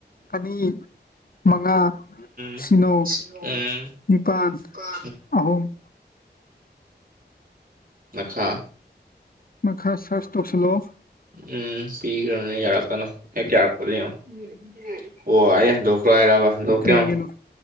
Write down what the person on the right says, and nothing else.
ꯎ ꯁꯣ ꯁꯤꯣ
ꯇ ꯀꯥ
ꯅꯈꯥ
ꯎꯝ ꯄꯤꯈ꯭ꯔꯕꯅꯦ ꯌꯥꯔꯛꯀꯅꯨ ꯍꯦꯛ ꯌꯥꯔꯛꯄꯅꯦ ꯌꯦꯡꯉꯣ ꯑꯣ ꯑꯩ ꯍꯟꯗꯣꯛꯈ꯭ꯔ ꯍꯥꯏꯔꯕ ꯍꯟꯗꯣꯛꯀꯦꯉꯣ